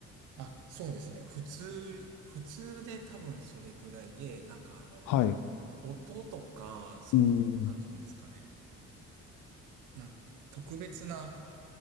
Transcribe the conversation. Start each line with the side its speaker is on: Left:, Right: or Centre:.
Right: あ、そうですね。普通、普通で多分それぐらいで、なんかあの、
Left: はい。う
Right: 音とか、その、
Left: ーん。
Right: なんていうんですかね。なん特別な